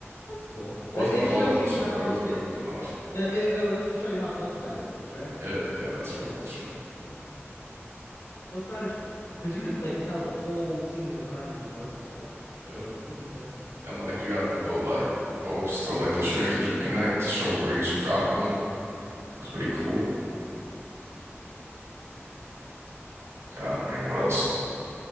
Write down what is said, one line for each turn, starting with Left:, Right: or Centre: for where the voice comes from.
Left: That's cool.
Right: wasn't
Left: it
Right: the full
Left: shows
Right: episode,
Left: you how
Right: but it was it
Left: it
Right: was enough.
Left: It, it, was to show you how blood spatter works, right?
Right: Yeah, yeah, that's
Left: Yeah.
Right: what it was for.
Left: yeah. Blood splatter's cool because you could like tell a whole scene of a crime through blood splatter,
Right: Yep.
Left: which is nice.
Right: And like you have the little like ropes or like the strings that you connect to show
Left: Mm.
Right: where each drop went.
Left: Yeah.
Right: It's pretty cool. God, man, what else?